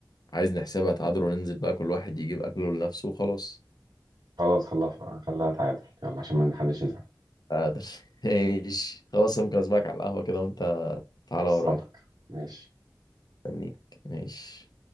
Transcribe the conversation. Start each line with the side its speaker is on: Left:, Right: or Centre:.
Left: عايز نحسبها تعادل وننزل بقى كل واحد يجيب اكله لنفسه وخلاص
Right: خلاص خلاها خلاها تعادل يلا عشان ما حدش يزعل
Left: تعادل <laughs> ماشي خلاص أنا ممكن اسبقك على القهوة كده وانت تعالى
Right: حصلك
Left: ورايا
Right: ماشي
Left: مستنيك ماشي